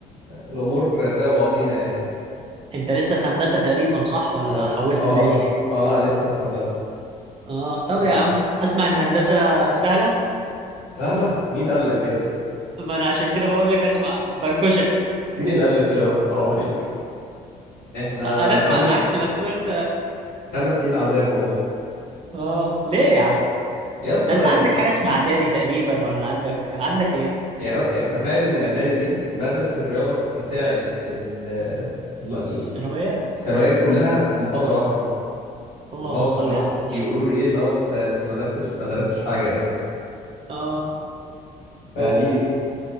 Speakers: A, on the left; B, on the right.
A: الامور زي بعضيها يعني
B: انت لسه في هندسة تقريبا صح ولا
A: انا في
B: حولت
A: اه
B: زيي
A: اه لا لسه في هندسه
B: اه طب
A: بس
B: يا عم اسمع ان هندسة سهلة
A: سهله مين قال لك كده
B: ما انا عشان كده بقول لك اسمع بنكشك
A: <laughs> مين اللي قال لك كده بس حرام عليك احنا
B: انا اسمع
A: خمس
B: العكس بس قلت
A: خمس سنين عذاب والله
B: اه ليه يا عم
A: يس
B: ده
A: يعني
B: انت عندك حاجة اسمها اعدادي تقريبا ولا عندك عندك ايه
A: يعني آه، تخيل ان اعدادي دي بدرس الرياضه بتاعه ال- ال- ال-
B: الثانوية
A: الثانويه كلها في محاضره واحده
B: اللهم
A: اللي هو
B: صل
A: اللي هو
B: على النبي
A: بيقولوا لي ايه اللي هو انت انت ما درستش ما درستش حاجه اساسا
B: اه
A: فدي
B: و-